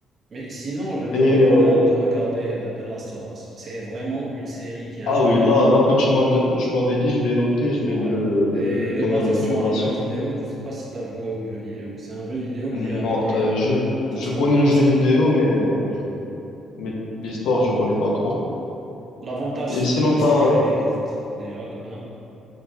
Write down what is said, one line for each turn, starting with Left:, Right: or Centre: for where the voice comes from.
Right: Mais sinon, je te
Left: Et,
Right: recommande
Left: euh,
Right: de regarder euh, The Last of Us. C'est vraiment une série qui est incroyable.
Left: Ah oui, là, là que tu m'avais, tu m'avais dit, je vais noter, je vais
Right: Ouais.
Left: le,
Right: Et
Left: le mettre
Right: elle est
Left: dans
Right: basée
Left: mes recommandations.
Right: sur un jeu vidéo. Je sais pas si tu as joué au jeu vidéo. C'est un jeu vidéo qui
Left: Non,
Right: a été
Left: euh,
Right: euh,
Left: je,
Right: transformé
Left: je connais le
Right: en
Left: jeu
Right: série.
Left: vidéo, mais, euh,
Right: Mm.
Left: mais l'histoire, je connais pas trop.
Right: L'avantage,
Left: Et
Right: c'est
Left: sinon,
Right: que,
Left: t'as...
Right: c'est qu'elle est courte, déjà, de 1,